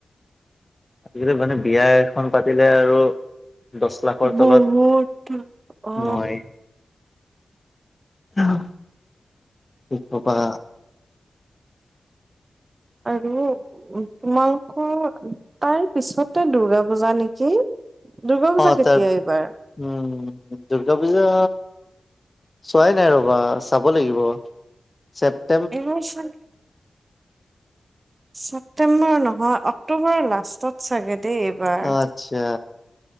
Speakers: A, on the left; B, on the right.
A: আজিকালি মানে বিয়া এখন পাতিলে আৰু দহ লাখৰ তলত
B: বহুত অ
A: নহয়েই। অ', কি ক'বা।
B: আৰু তোমালোকৰ তাৰ পিছতে দুৰ্গাপূজা নেকি? দুৰ্গাপূজা
A: অ
B: কেতিয়া
A: তাৰ
B: এইবাৰ?
A: উম, দুৰ্গাপূজা চোৱাই নাই ৰ'বা চাব লাগিব। ছেপ্টে
B: <unintelligible> ছেপ্টেম্বৰ নহয়, অক্টোবৰৰ লাষ্টত চাগে দেই। এইবাৰ
A: আচ্ছা,